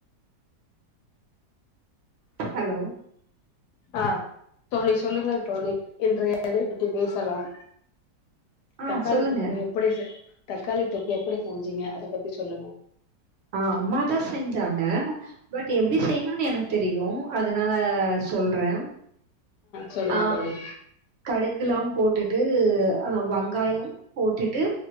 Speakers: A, on the right (about 50°); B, on the left (about 75°).
A: ஹலோ
B: ஆ தோழி சொல்லுங்கள் தோழி இன்று எதை பத்தி பேசலாம்
A: ஆ
B: தக்காளி
A: சொல்லுங்க.
B: தொக்கு எப்படி செ தக்காளி தொக்கு எப்படி செஞ்சீங்க அத பத்தி சொல்லுங்க
A: ஆ அம்மாதா செஞ்சாங்க பட் எப்டி செய்ணுனு எனக்கு தெரியு அதனால சொல்றே
B: சொல்லுங்க
A: ஆ
B: தோழி
A: கடுகுல்லா போட்டுட்டு அ வெங்காயம் போட்டுட்டு